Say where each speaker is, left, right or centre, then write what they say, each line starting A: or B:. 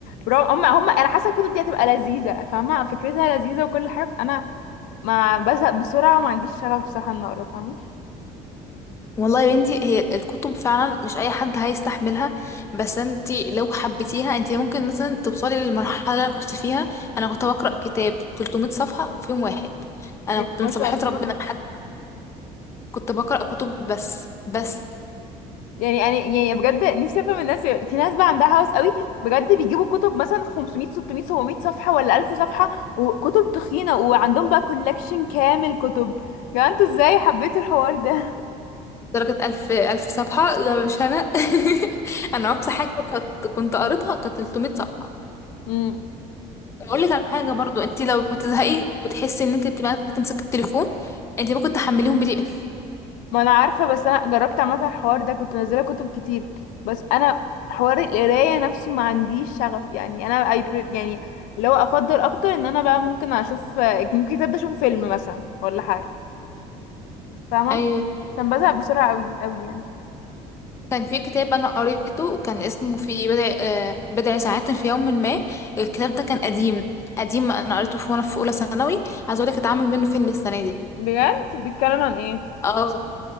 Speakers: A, on the left; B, on the left.
A: برغم هم هم انا حاسه الكتب دي هتبقى لذيذه فاهمه فكرتها لذيذه وكل حاجه بس انا ما بزهق بسرعه وما عنديش شغف بصراحه ان اقرا فاهمه
B: والله يا بنتي هي الكتب فعلا مش أي حد هيستحملها بس انتي لو حبيتيها انتي ممكن مثلا توصلي للمرحلة اللي أنا كنت فيها أنا كنت بقرأ كتاب 300 صفحة في يوم واحد أنا كنت
A: ما
B: من صباحات
A: شاء الله
B: ربنا كنت بقرأ كتب بس بس
A: يعني انا يعني بجد نفسي افهم الناس في ناس بقى عندها هوس قوي بجد بيجيبوا كتب مثلا 500 600 700 صفحه ولا 1000 صفحه وكتب تخينه وعندهم بقى كولكشن كامل كتب يعني انتوا ازاي حبيتوا الحوار ده
B: درجة ألف ألف صفحة ده مش أنا <laughs> أنا أقصى حاجة كنت كنت قريتها كانت 300 صفحة
A: مم.
B: أقول لك على حاجة برضو أنت لو بتزهقي وتحسي إن أنت بتبقى عايزة تمسكي التليفون أنت ممكن تحمليهم بي دي إف
A: ما انا عارفه بس انا جربت عامه الحوار ده كنت منزله كتب كتير بس انا حوار القرايه نفسه ما عنديش شغف يعني انا اي بري يعني اللي هو افضل اكتر ان انا بقى ممكن اشوف ممكن كتاب ده اشوفه فيلم مثلا ولا حاجه فاهمة
B: أيوة
A: عشان بزهق بسرعة قوي قوي يعني
B: كان في كتاب أنا قريته كان اسمه في بضع آه، بضع ساعات في يوم ما الكتاب ده كان قديم قديم أنا قريته في وأنا في أولى ثانوي عايزة أقول لك اتعمل منه فيلم السنة دي
A: بجد بيتكلم عن ايه
B: اه